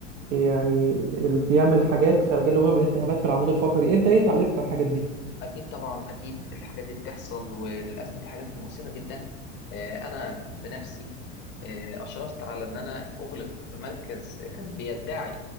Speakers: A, on the right; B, on the left.
A: يعني اللي بيعمل
B: طبعا
A: حاجات خارجه له التهابات في العمود الفقري انت ايه تعليقك على الحاجات دي
B: اكيد طبعا اكيد الحاجات دي بتحصل وللاسف دي حاجات مؤسفه جدا آه، انا بنفسي آه، اشرفت على ان انا اغلق مركز كان بيدعي